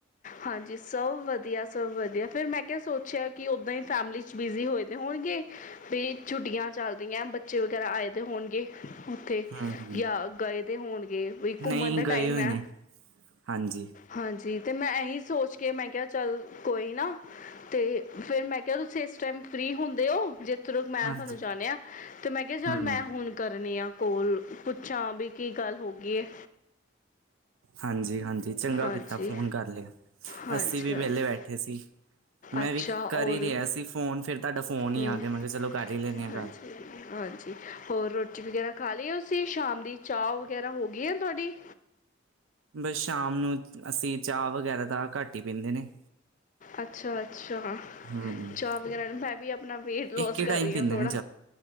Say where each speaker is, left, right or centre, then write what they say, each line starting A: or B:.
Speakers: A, on the left; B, on the right.
A: ਹਾਂਜੀ ਸਭ ਵਧੀਆ ਸਭ ਵਧੀਆ ਫੇਰ ਮੈਂ ਕਿਆ ਸੋਚਿਆ ਕੀ ਓਦਾਂ ਹੀ ਫੈਮਿਲੀ ਚ ਬਿਜ਼ੀ ਹੋਏ ਦੇ ਹੋਣਗੇ ਵੀ ਛੁੱਟੀਆਂ ਚੱਲਦੀਆਂ ਬੱਚੇ ਵਗੈਰਾ ਆਏ ਦੇ ਹੋਣਗੇ। ਉੱਥੇ
B: ਹੂੰ ਹੂੰ
A: ਯਾ ਗਏ ਦੇ ਹੋਣਗੇ ਵੀ ਘੁੰਮਣ
B: ਨਹੀਂ
A: ਦਾ ਟਾਈਮ
B: ਗਏ ਹੋਏ
A: ਐ।
B: ਨੇ ਹਾਂਜੀ।
A: ਹਾਂਜੀ ਤੇ ਮੈਂ ਐਹੀ ਸੋਚ ਕੇ ਮੈਂ ਕਿਆ ਚੱਲ ਕੋਈ ਨਾ। ਤੇ ਫੇਰ ਮੈਂ ਕਿਹਾ ਤੁਸੀਂ ਇਸ ਟਾਈਮ ਫਰੀ ਹੁੰਦੇ ਹੋ ਜੇ ਥਰੂ ਮੈਂ
B: ਹਾਂਜੀ
A: ਤੁਹਾਨੂੰ ਜਾਣਿਆ ਤੇ ਮੈਂ ਕਿਹਾ ਚੱਲ
B: ਹੂੰ
A: ਮੈਂ ਹੁਣ ਕਰਨੀ ਆ ਕੋਲ ਪੁੱਛਾਂ ਵੀ ਕੀ ਗੱਲ ਹੋਗੀਏ।
B: ਹਾਂਜੀ ਹਾਂਜੀ ਚੰਗਾ
A: ਹਾਂਜੀ
B: ਕੀਤਾ ਫੋਨ ਕਰ ਲਿਆ।
A: ਹਾਂਜੀ
B: ਅਸੀਂ ਵੀ
A: ਹਾਂਜੀ
B: ਵੇਹਲੇ ਬੈਠੇ ਸੀ। ਮੈਂ
A: ਅੱਛਾ
B: ਵੀ
A: ਔਰ
B: ਕਰ ਹੀ ਰਿਹਾ ਸੀ ਫੋਨ। ਫਿਰ ਤੁਹਾਡਾ ਫੋਨ ਹੀ
A: ਹੂੰ
B: ਆ ਗਿਆ। ਮੈਂ ਕਿਹਾ ਚਲੋ ਕਰ ਹੀ ਲੈਂਦੇ ਹਾਂ
A: ਹਾਂਜੀ
B: ਗੱਲ।
A: ਹਾਂਜੀ ਹੋਰ ਰੋਟੀ ਵਗੈਰਾ ਖਾ ਲਈ ਐ ਤੁਸੀਂ ਸ਼ਾਮ ਦੀ ਚਾਹ ਵਗੈਰਾ ਹੋ ਗਈ ਹੈ ਤੁਹਾਡੀ?
B: ਬਸ ਸ਼ਾਮ ਨੂੰ, ਅਸੀਂ ਚਾਹ ਵਗੈਰਾ ਦਾ ਘੱਟ ਹੀ ਪੀਂਦੇ ਨੇ
A: ਅੱਛਾ- ਅੱਛਾ,
B: ਹੂੰ
A: ਚਾਹ ਵਗੈਰਾ ਮੈਂ ਵੀ ਆਪਣਾ ਵੇਟ ਲੋਸ
B: ਇੱਕ ਹੀ
A: ਕਰ
B: ਟਾਈਮ
A: ਰਹੀ
B: ਪੀਂਦੇ
A: ਹ ਥੋੜਾ,
B: ਨੇ